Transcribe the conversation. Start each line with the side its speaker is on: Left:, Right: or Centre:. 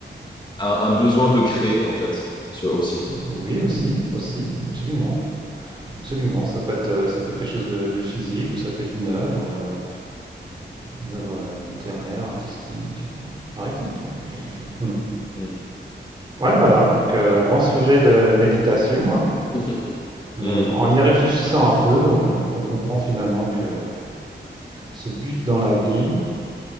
Left: un besoin de créer en fait, sur- aussi.
Right: Oui, aussi, aussi, absolument, absolument. Ça peut être, euh, ça peut être quelque chose de, de physique ou ça peut être une œuvre, euh, une œuvre euh, littéraire, artistique, euh, par exemple. Ouais, Hmm.
Left: Mm.
Right: Ouais, voilà. Donc euh, grand sujet de méditation, hein.
Left: <laughs>
Right: Mais
Left: Mm.
Right: en y réfléchissant un peu, on, on comprend finalement que ce but dans la vie,